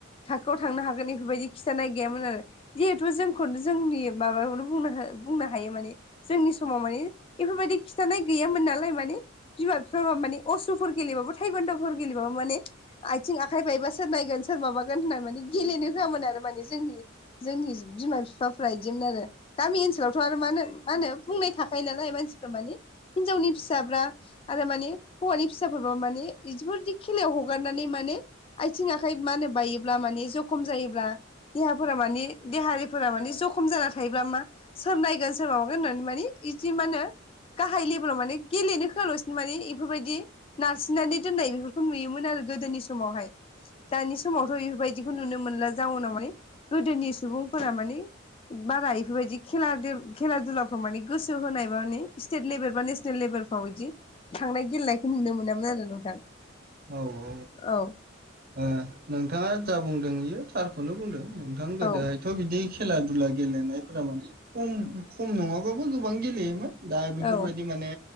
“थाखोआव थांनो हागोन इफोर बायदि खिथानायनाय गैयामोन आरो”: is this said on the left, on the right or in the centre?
Left